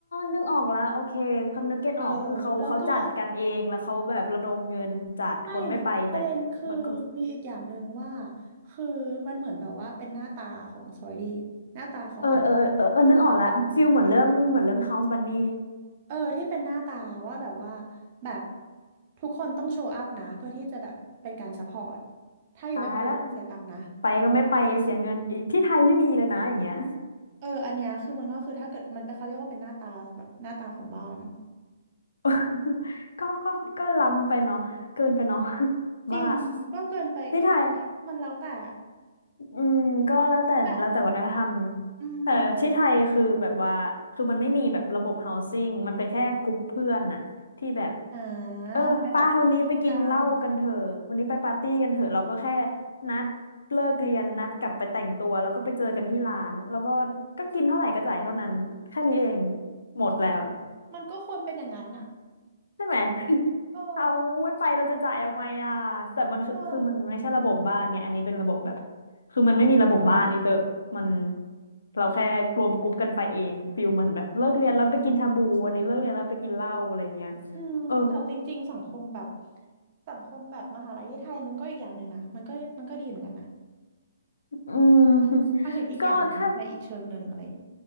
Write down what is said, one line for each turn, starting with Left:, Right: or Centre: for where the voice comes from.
Left: นึกออกแล้ว โอเคคนนึกเก็ตออกคือเขาเขาจัดกันเอง
Right: เออแล้วก็
Left: แล้วเขาแบบระดมเงินจัดคนไม่ไปแต่
Right: ไม่ประเด็นคือมีอีกอย่างหนึ่งว่า
Left: มันก็
Right: คือมันเหมือนแบบว่าเป็นหน้าตาของซอยดีหน้าตาของอันนั้น
Left: เออเออเออเออ นึกออกแล้วฟิลเหมือนเรื่องเหมือนเรื่อง
Right: ว่าแบบ
Left: House Bunny
Right: เออที่เป็นหน้าตาว่าแบบว่าแบบทุกคนต้องโชว์อัพนะเพื่อที่จะแบบเป็นการซัพพอร์ตถ้าอยู่ไม่ไปอยู่ต้องเสียตังค์นะ
Left: ตายแล้วไปก็ไม่ไปเสียเงินอีก ที่ไทยไม่มีเลยนะอย่างเงี้ย
Right: เอออันเนี้ยคือเมืองนอกคือถ้าเกิดมันเป็นเขาเรียกว่าเป็นหน้าตาแบบหน้าตาของบ้าน
Left: <laughs> ก็ก็ก็ล้ำไปเนาะเกินไปเนาะ <laughs>
Right: จริงก็เกินไปก็
Left: ว่าที่ไทย
Right: มันแล้วแต่
Left: อืมก็แล้วแต่แล้วแต่วัฒนธรรม
Right: แต่คนมองอะอืม
Left: แต่ที่ไทยคือแบบว่าคือมันไม่มีแบบระบบ housing มันเป็นแค่กลุ่มเพื่อนน่ะที่แบบ
Right: อ่า
Left: เออป้าวันนี้ไปกินเหล้ากันเถอะวันนี้ไปปาร์ตี้กันเถอะเราก็แค่
Right: ไปแบบปาร์ตี้กัน
Left: นัดเลิกเรียนนัดกลับไปแต่งตัวแล้วก็ไปเจอกันที่ร้านแล้วก็ก็กินเท่าไหร่ก็จ่ายเท่านั้นแค่นี้เองหมดแล้ว
Right: มันก็ควรเป็นอย่างนั้นอะ
Left: ใช่ไหม
Right: เออ
Left: เอาไม่ไปเราจะจ่ายทำไมอ่ะแต่มันคือคือมันไม่ใช่ระบบบ้านไง
Right: เออ
Left: อันนี้เป็นระบบแบบคือมันไม่มีระบบบ้านอีเตอ มันเราแค่รวมกรุ๊ปกันไปเองฟิลเหมือนแบบเลิกเรียนแล้วไปกินชาบูอันนี้เลิกเรียนแล้วไปกินเหล้าอะไรเงี้ย
Right: อืมแต่จริงๆสังคมแบบ
Left: เออ
Right: สังคมแบบมหาลัยที่ไทยมันก็อีกอย่างหนึ่งนะมันก็มันก็ดีเหมือนกันนะ
Left: อืม <laughs>
Right: หมายถึงอีกอย่างหนึ่งในอีกเชิงหนึ่งอะไรอย่างงี้
Left: ก็ถ้า